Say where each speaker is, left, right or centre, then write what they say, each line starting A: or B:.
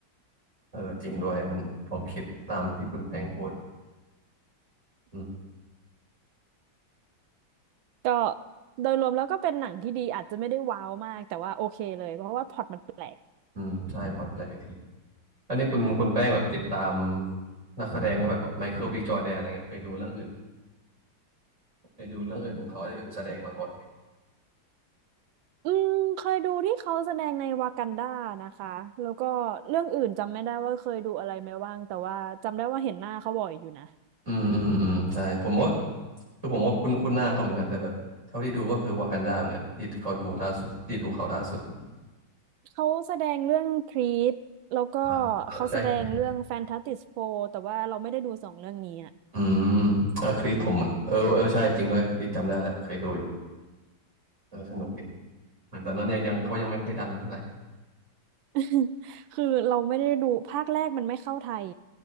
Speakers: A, on the right (about 35°); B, on the right (about 80°).
A: เออจริงด้วยมันพอคิดตามที่คุณแป้งพูดอืม
B: <laughs> ก็โดยรวมแล้วก็เป็นหนังที่ดีอาจจะไม่ได้ว้าวมากแต่ว่าโอเคเลยเพราะว่าพล็อตมันแปลก
A: อืมใช่พอแปลกดีอันนี้คุณคุณแป้งแบบติดตามนักแสดงนะแบบไมเคิลบีจอร์แดนอะไรเงี้ยเคยดูเรื่องอื่น ไปดูเรื่องอื่นของเขาที่แบบแสดงมาก่อน
B: อืมเคยดูที่เขาแสดงในวากันดานะคะแล้วก็เรื่องอื่นจำไม่ได้ว่าเคยดูอะไรไหมบ้างแต่ว่าจำได้ว่าเห็นหน้าเขาบ่อยอยู่นะ
A: อืมอืมอืมใช่ผมว่าคือผมก็คุ้นคุ้นหน้าเขาเหมือนกันแต่แบบเท่าที่ดูก็คือวากันดาเหมือนกันที่เขาดูล่าสุดที่ดูเขาล่าสุด
B: เขาแสดงเรื่องครีดแล้วก็
A: อ่ะเออใช่ครีด
B: เขาแสดงเรื่องแฟนตาสติสโฟแต่ว่าเราไม่ได้ดูสองเรื่องนี้อะ
A: อืมเออครีดผมเหมือนเออเออใช่จริงด้วยครีดจำได้แล้วเคยดูอยู่เออสนุกดีเหมือนตอนนั้นเนี่ยยังเขายังไม่ค่อยดังเท่าไหร่
B: <laughs> คือเราไม่ได้ดูภาคแรกมันไม่เข้าไทย